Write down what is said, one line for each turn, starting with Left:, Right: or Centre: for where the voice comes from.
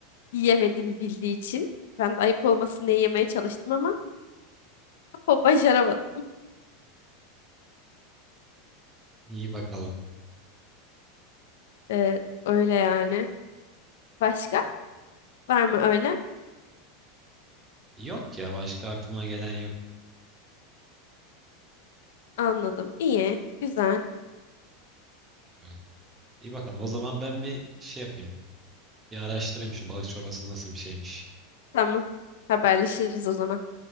Left: yiyemediğimi bildiği için. Ben de ayıp olmasın diye yemeye çalıştım ama o başaramadı.
Right: İyi bakalım.
Left: Evet, öyle yani. Başka? Var mı öyle?
Right: Yok ya başka aklıma gelen yok.
Left: Anladım. İyi, güzel.
Right: Evet. İyi bakalım. O zaman ben bir şey yapayım. Bir araştırayım şu balık çorbası nasıl bir şeymiş.
Left: Tamam. Haberleşiriz o zaman.